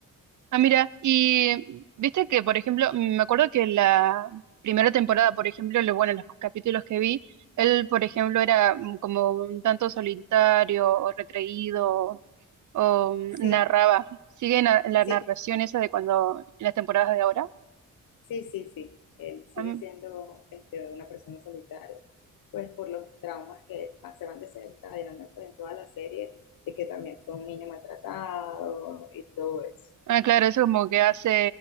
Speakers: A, on the right; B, on the left.
A: Ah, mira, y viste que, por ejemplo, me acuerdo que la primera temporada, por ejemplo, lo, bueno, los capítulos que vi, él, por ejemplo, era mm, como un tanto solitario o retraído o, mm,
B: Sí,
A: narraba. ¿Sigue na- la
B: sí,
A: narración esa de cuando, las temporadas de ahora?
B: Sí, sí, sí. Él sigue
A: Ah, mm.
B: siendo este, una persona solitaria, pues por los traumas que va- se van desencadenando pues, en toda la serie, de que también fue un niño maltratado y todo eso.
A: Ah, claro, eso como que hace,